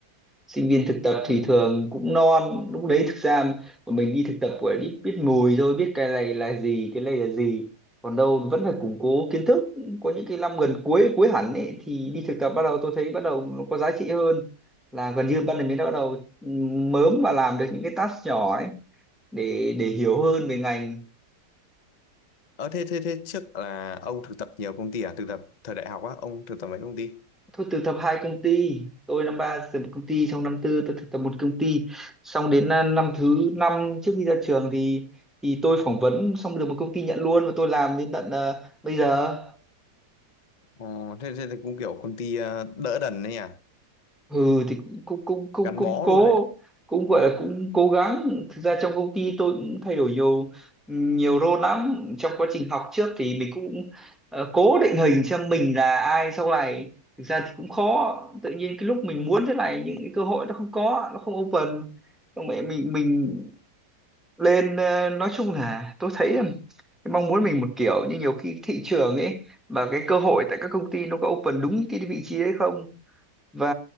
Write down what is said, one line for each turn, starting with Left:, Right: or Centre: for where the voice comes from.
Centre: sinh viên thực tập
Left: ừ.
Centre: thì thường cũng non lúc đấy thực ra mà mình đi thực tập của biết biết mùi thôi biết cái này là gì cái này là gì còn đâu vẫn phải củng cố kiến thức có những cái năm gần cuối cuối hẳn ấy thì đi thực tập bắt đầu tôi thấy bắt đầu nó có giá trị hơn là gần như ban đầu mình đã bắt đầu mớm và làm được những cái task nhỏ ấy để để hiểu hơn về ngành
Left: Ờ, thế, thế, thế trước là ông thực tập nhiều công ty à? Thực tập thời đại học á, ông thực tập mấy công ty?
Centre: Tôi thực tập hai công ty, tôi năm ba thực tập một công ty, xong năm tư tôi thực tập một công ty, xong đến à, năm thứ năm trước khi ra trường thì thì tôi phỏng vấn xong được một công ty nhận luôn và tôi làm đến tận à, bây giờ.
Left: Ờ, thế, thế, thế cũng kiểu công ty ờ, đỡ đần đấy nhỉ?
Centre: ừ thì cũng cũng cũng cũng
Left: Gắn
Centre: cũng
Left: bó
Centre: cố
Left: luôn đấy.
Centre: cũng gọi là cũng cố gắng thực ra trong công ty tôi cũng thay đổi nhiều nhiều role lắm trong quá trình học trước thì mình cũng ờ, cố định hình xem mình là ai sau này thực ra thì cũng khó tự nhiên cái lúc mình muốn thế này những cái cơ hội nó không có nó không open xong mẹ mình mình lên ờ, nói chung là tôi thấy là cái mong muốn mình một kiểu nhưng nhiều khi thị trường ấy và cái cơ hội tại các công ty nó có open đúng cái vị trí đấy không và